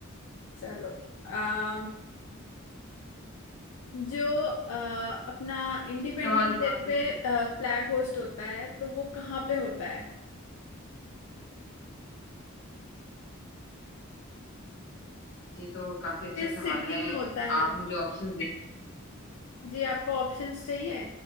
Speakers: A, on the left; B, on the left.
A: चलो अम, जो अ, अपना इंडिपेंडेंस
B: सवाल जो
A: डे
B: आपका
A: पे
B: सर
A: फ्लैग होस्ट होता है तो वो कहाँ पे होता है
B: ये तो काफी अच्छा
A: किस
B: सवाल
A: सिटी
B: है
A: में होता है
B: आप मुझे ऑप्शंस दे
A: जी आपको ऑप्शंस चाहिए